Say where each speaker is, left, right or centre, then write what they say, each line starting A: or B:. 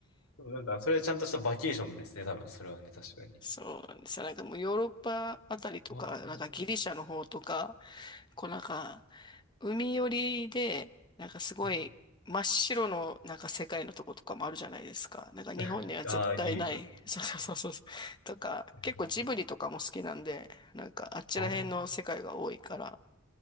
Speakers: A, on the left; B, on the left.
A: でもなんか、それはちゃんとしたバケーションですね、多分、それはね、確かに。
B: そうなんですよ。なんかもうヨーロッパあたりとか、
A: あー
B: なんかギリシャの方とか、こうなんか、海寄りで、なんかすごい真っ白のなんか世界のとことかもあるじゃないですか。
A: はい。
B: なんか日本には絶対ない。
A: <laughs> ああ、ギリシャとか。
B: <laughs> そうそうそうそうそう。
A: 確
B: とか、
A: かに
B: 結構ジブリとかも好きなんで、なんかあっちら辺の世界が多いから、
A: あー